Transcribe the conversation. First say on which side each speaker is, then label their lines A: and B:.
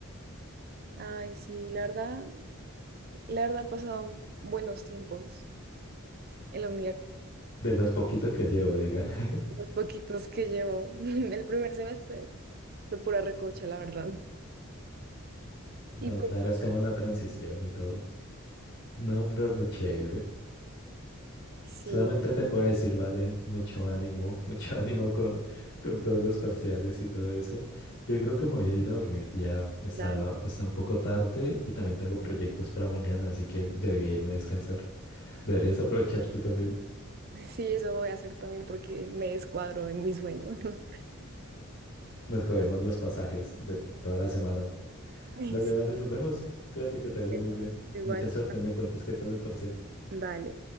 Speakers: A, on the right (about 45°); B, on the left (about 45°).
A: Ay, sí, la verdad, la verdad he pasado buenos tiempos en la universidad,
B: De los poquitos que llevo, diga. <laughs>
A: los poquitos que llevo. <laughs> El primer semestre fue pura recocha, la verdad. Y
B: No,
A: pues
B: claro, es como la transición y todo. No, pero re chévere.
A: sí,
B: Solamente te puedo decir, vale, mucho ánimo, mucho <laughs> ánimo con, con todos los parciales y todo eso. Yo creo que me voy a ir a dormir, ya está,
A: dale.
B: está un poco tarde y también tengo proyectos para mañana, así que debería irme a descansar. Deberías aprovechar tú también.
A: Sí, eso voy a hacer también porque me descuadro en mi sueño. <laughs>
B: Nos jodemos los pasajes de toda la semana.
A: Sí,
B: Dale, vale, nos vemos. Cuídate que te vaya
A: pero
B: muy bien.
A: igual,
B: Mucha suerte, me cuentas qué tal el parcial.
A: dale.